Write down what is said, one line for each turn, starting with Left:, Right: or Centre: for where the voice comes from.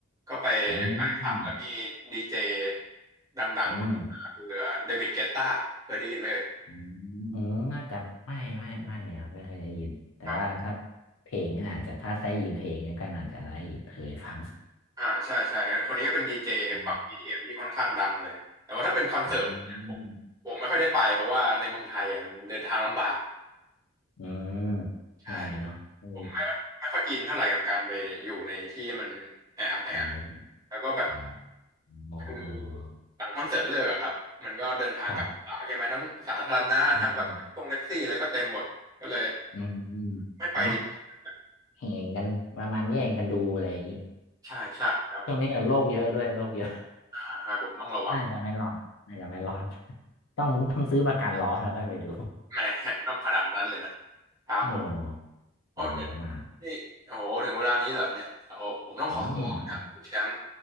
Right: ก็ไปไปคลับแล้วมีดีเจ
Left: อืม
Right: ดังๆคนหนึงคือเดวิดเกตตาเคยได้ยินไหมเอ่ย
Left: อืม อืมเออน่าจะไม่ไม่ไม่ครับไม่เคยได้ยินแต่ว่าถ้า
Right: ครับ
Left: เพลงนี่อาจจะถ้าได้ยินเพลงนี่ก็อาจจะได้ยินเคยฟัง
Right: อ่าใช่ใช่คนนี้ก็เป็นดีเจฝั่งอดีเอ็มที่ค่อนข้างดังเลยแต่ว่าถ้าเป็นคอนเสิร์ตเนี่ยผมผมไม่ค่อยได้ไปเพราะว่าในเมืองไทยอ่ะมันเดินทางลำบาก
Left: อ๋ออืมเออได้เนาะเออ
Right: ใช่ ผมไม่ค่อยไม่ค่อยอินเท่าไหร่กับการไปอยู่ในที่มันแออัดแออัด
Left: ของเยอะ
Right: แล้วก็แบบ
Left: อ๋อหมอเออ
Right: คือหลังคอนเสิร์ตเลิกอะครับมันก็เดินทางกลับป่าใช่ไหมทั้งสาธารณะทั้งแบบตรงแท็กซี่อะไรก็เต็มหมดก็เลย
Left: ครับอืมอืมอืม
Right: ไม่ไปดีกว่า
Left: เนาะแห่กันประมาณแย่งกันดูอะไรอย่างนี้
Right: ใช่ใช่ครับผม
Left: ช่วงนี้แบบโรคเยอะด้วยโรคเยอะ
Right: อ่าครับผมต้องระวัง
Left: น่าจะไม่รอดน่าจะไม่รอดต้องต้องซื้อประกันรอแล้วก็ไปดู
Right: แหมต้องขนาดนั้นเลยนะ
Left: <laughs>
Right: ครับผม
Left: โอ้
Right: โอ้เดี๋ยว
Left: คนเยอะมาก
Right: นี่โอ้โหถึงเวลานี้เหรอเนี่ยเดี๋ยวผมต้องขอตัวครับคุณแชมป์
Left: อืมครับ